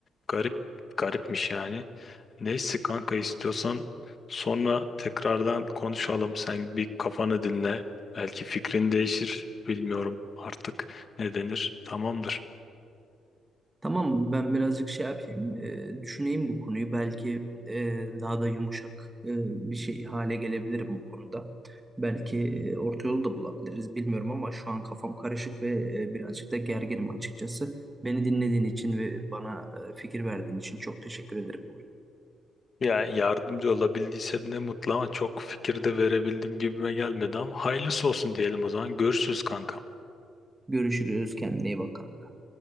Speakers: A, on the left; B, on the right.
A: garip garipmiş yani. Neyse kanka istiyorsan sonra tekrardan konuşalım. Sen bir kafanı dinle. Belki fikrin değişir. Bilmiyorum artık ne denir. Tamamdır.
B: Tamam, ben birazcık şey yapayım, e, düşüneyim bu konuyu. Belki e, daha da yumuşak e, bir şey hale gelebilirim bu konuda. Belki e, orta yolu da bulabiliriz, bilmiyorum ama şu an kafam karışık ve e, birazcık da gerginim açıkçası. Beni dinlediğin için ve bana e, fikir verdiğin için çok teşekkür ederim bugün.
A: Yani yardımcı olabildiysem ne mutlu ama çok fikir de verebildim gibime gelmedi ama hayırlısı olsun diyelim o zaman. Görüşürüz kanka.
B: Görüşürüz, kendine iyi bak kanka.